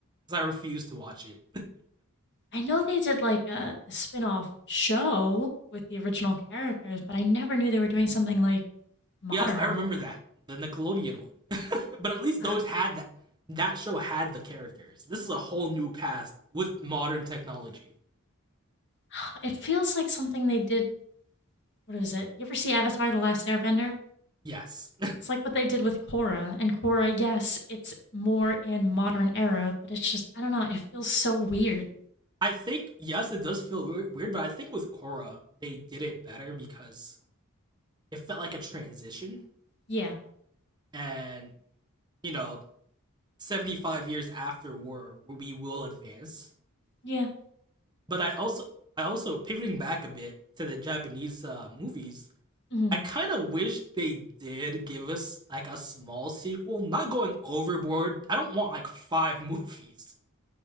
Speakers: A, on the right; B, on the left.
A: because I refused to watch it.
B: I know they did like a, a spin off show with the original characters, but I never knew they were doing something like modern.
A: Yes, I remember that the Nickelodeon one. <laughs> but at least those
B: Uh,
A: had that. That show had the characters. This is a whole new cast with modern technology.
B: <sighs> It feels like something they did. What is it? You ever see Avatar The Last Airbender?
A: Yes,
B: It's like what they did with Korra. And Korra, yes, it's more in modern era, but it's just, I don't know, it feels so weird.
A: <laughs> I think yes, it does feel weird, but I think with Korra they did it better because it felt like a transition,
B: Yeah.
A: and you know, seventy five years after war, we will advance.
B: Yeah.
A: But I also I also pivoting back a bit to the Japanese uh, movies.
B: Mm hmm.
A: I kind of wish they did give us like a small sequel, not going overboard. I don't want like five <laughs> movies.